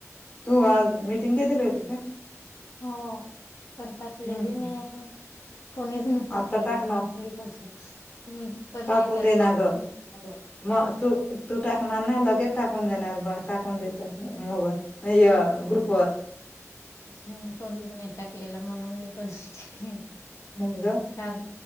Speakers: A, on the left; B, on the left.
A: तू आज मिटिंग घेतलेली होती का?
B: हो पण ताकलेली
A: हम्म
B: नाही आहे कोणी. टाकलेली
A: आता टाकणार
B: मग मी पण मी पण
A: टाकून
B: नाही टाकणार?
A: देणार ग मग तू तू टाक ना लग टाकून देणार ब टाकून देतात मोगत ग्रुप वर
B: हम् कोणीच नाही टाकलेलं म्हणून मी पण नाही टाकले
A: नाही ग
B: काल